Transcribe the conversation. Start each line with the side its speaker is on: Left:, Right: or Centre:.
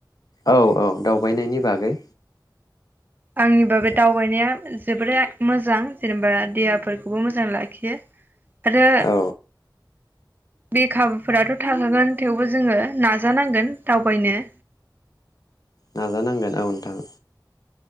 Left: औ औ दावबायनायनि बागै
Right: आंनि बाबो दावबायनाया जोबोरै मोजां जेनेबा देहाफोरखौबो मोजां लाखियो। आरो
Left: औ
Right: बे खाबुफोराथ' थाखाहागोन थेवबो जोङो नाजानांगोन दावबायनो
Left: नाजानांगोन औ नोंथां।